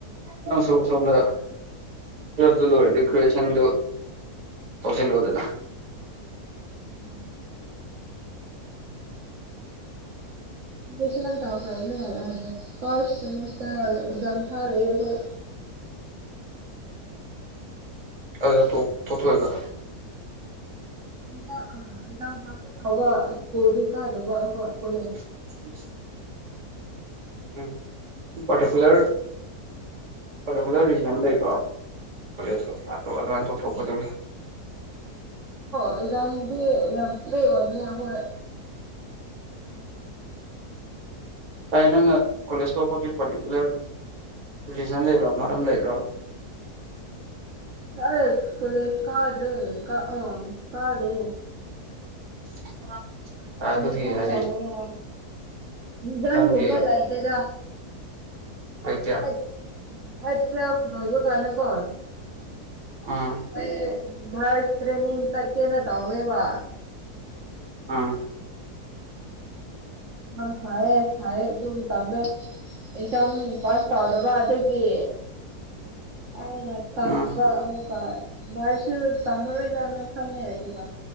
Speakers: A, on the right (about 30°); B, on the right (about 55°).
A: ꯅꯪꯁꯨ ꯁꫭꯝꯗ ꯇꯨꯋꯦꯜꯐꯇꫭ ꯂꯣꯏꯔꯗꯤ ꯒ꯭ꯔꯦꯖꯦꯁꯟꯗꯨ ꯇꯧꯁꯤꯜꯂꯣꯗꯅ
B: ꯎꯝ <unintelligible> ꯇꯥꯎꯈ꯭ꯔꯕꯅꯤ ꯑꯗꯨ ꯐꯥꯔꯁ ꯁꯦꯃꯤꯁꯇꯔ ꯑꯦꯛꯖꯥꯝ ꯊꯥꯔꯤ ꯑꯈꯣꯏ
A: ꯑꯗꯨꯗ ꯇꯣꯛ ꯇꫭꯛꯊꫭꯛꯏꯕ
B: <unintelligible> ꯑꯦꯟꯖꯥꯡ ꯈꯇ ꯇꯥꯎꯕ ꯁ꯭ꯀꯨꯜꯗꯤ ꯀꯥꯗꯕ ꯑꯈꯥꯏ ꯀꯣꯂꯦꯖ
A: <inaudible> ꯎꯝ ꯄꯥꯔꯇꯤꯀꯨꯂꯔ ꯄꯥꯔꯇꯤꯀꯨꯂꯔ ꯔꯤꯖꯟ ꯂꯩꯕ꯭ꯔꯣ ꯀꫭꯂꯦꯖꯇꫭ ꯑꯗꯨ ꯑꯗꯨꯃꯥꯏ ꯇꫭꯛꯊꯣꯛꯄꯗꯨ
B: ꯑꯦꯛꯖꯥꯗꯤ ꯌꯥꯝ ꯇ꯭ꯔꯦ ꯑꯣꯏꯕꯅꯦ ꯑꯩꯈꯣꯏ
A: ꯕꯥꯏ ꯅꯪꯅ ꯀꯣꯂꯦꯖ ꯇ‌ꯣꯛꯄꯒꯤ ꯄꯥꯔꯇꯤꯀꯨꯂꯔ ꯔꯤꯖꯟ ꯂꯩꯕ꯭ꯔꯥ ꯃꯔꯝ ꯂꯩꯕ꯭ꯔꯕ
B: ꯌꯥꯠ ꯀꯣꯂꯦꯖ ꯀꯥꯗ꯭ꯔꯦ ꯀ ꯑ ꯀꯥꯗꯦ
A: <inaudible>
B: ꯑꯦꯃꯤꯁꯟ
A: ꯑꯗꯨꯒꯤ ꯍꯥꯏꯗꯤ
B: ꯇꯧꯔꯒ ꯔꯤꯖꯟ
A: ꯅꯪꯒꯤ
B: ꯒꯨꯝꯕ ꯂꯩ ꯂꯩꯇ‌ꯦꯗ
A: ꯀꯩꯀꯌꯥ
B: ꯑꯩ ꯑꯩ ꯇꯨꯌ‌ꯦ꯭ꯜꯞ ꯂ‌ꯣꯏꯕ ꯀꯥꯟꯗꯀ‌ꯣ
A: ꯎꯝ
B: ꯑꯩ ꯅꯥꯔꯁ ꯇ꯭ꯔꯦꯅꯤꯡ ꯆꯠꯀ‌ꯦꯅ‌ ꯇꯧꯋꯦꯕ
A: ꯎꯝ
B: <inaudible> ꯐꯌꯦ ꯐꯌꯦ ꯑꯗꯨꯝ ꯇꯝꯗꫭ ꯑꯦꯛꯖꯥꯝ ꯄꯥꯁ ꯇꯧꯗꯕ ꯑꯗꯨꯒꯤ ꯑꯩꯅ ꯇꯟꯕ
A: ꯎꯝ
B: ꯑꯃꯨꯛ ꯑꯗꯨꯒ ꯂꯥꯏꯔꯤꯛꯁꯨ ꯇꯝꯃꯔ‌ꯣꯏꯗꯅ‌ ꯈꯜꯂ‌ꯦ ꯑꯗꯨꯒ